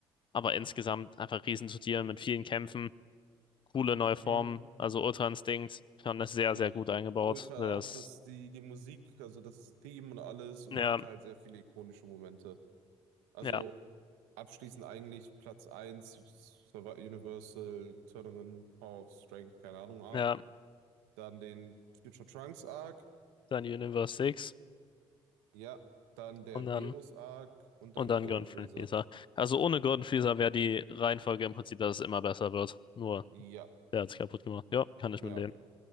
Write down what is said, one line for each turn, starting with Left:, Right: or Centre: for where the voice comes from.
Left: aber insgesamt einfach riesen zu Tieren mit vielen Kämpfen, coole neue Formen,
Right: Mhm.
Left: also Ultra Instinct, fand das sehr,
Right: Ja.
Left: sehr gut eingebaut.
Right: Ultra
Left: Das,
Right: auch, dass die, die Musik, also das Theme und alles, und
Left: ja,
Right: er hatte halt sehr viele ikonische Momente. Also
Left: ja,
Right: abschließend eigentlich Platz eins, Survi- Universal Tournament, Power of Strength, keine Ahnung, Arc.
Left: ja,
Right: Dann den Future Trunks Arc,
Left: dann Universe 6
Right: Ja, dann der
Left: und
Right: Berus
Left: dann
Right: Arc und
Left: und
Right: dann
Left: dann
Right: Golden
Left: Golden
Right: Freezer.
Left: Freezer. Also ohne Golden Freezer wäre die Reihenfolge im Prinzip, dass es immer besser wird. Nur
Right: Ja,
Left: der hat es kaputt gemacht. Ja, kann ich
Right: ja,
Left: mit leben.
Right: okay.